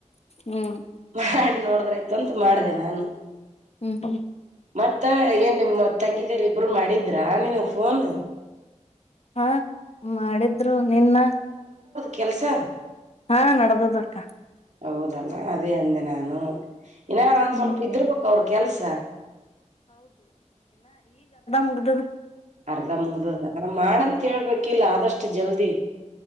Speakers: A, on the left; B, on the right.
A: ಹ್ಮ್
B: ಮ ನೋಡಿದ್ರೆ ಇತ ಅಂತ ಮಾಡ್ದ ನಾನು
A: ಹ್ಮ್ ಹ್ಮ್
B: ಮತ್ತ ಏನ್ ನಿಮ್ಮ ತಂಗಿದರ್ ಇಬ್ರು ಮಾಡಿದ್ರಾ ನೀನು ಫೋನ್
A: ಹಾ ಮಾಡಿದ್ದ ಆದ್ರು ನಿನ್ನ
B: ಕೆಲ್ಸನ್
A: ಹಾ ನಡದದಕ್ಕ
B: ಹೌದಲ್ಲ ಅದೇ ಅಂದೆ ನಾನು ಇನ್ನ ಒಂದ್
A: ಹ್ಮ್
B: ಸ್ವಲ್ಪ ಇದರ್ಬೇಕು ಅವ್ರ ಕೆಲ್ಸ
A: ಮುಗದದ
B: ಅರ್ಧ ಮುಗ್ದದ ಮಾಡಂತ ಹೇಳ್ಬೇಕಿಲ್ಲ ಆದಷ್ಟು ಜಲ್ದಿ